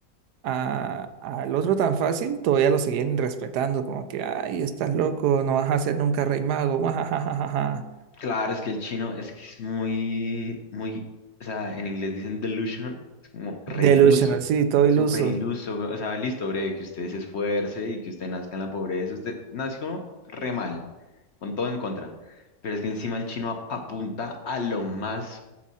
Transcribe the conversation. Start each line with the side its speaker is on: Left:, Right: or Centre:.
Right: a- al otro tan fácil, todavía lo seguían respetando. Como que, ay, estás loco, no vas a ser nunca rey mago. <laughs> guajajajaja".
Left: Claro, es que el chino es que es muy, muy, o sea, en inglés dicen delusional, es como re
Right: Delusional,
Left: iluso,
Right: sí, todo
Left: súper
Right: iluso.
Left: iluso, o sea, listo, breve, que usted se esfuerce y que usted nazca en la pobreza, usted nació re mal, con todo en contra, pero es que encima el chino apunta a lo más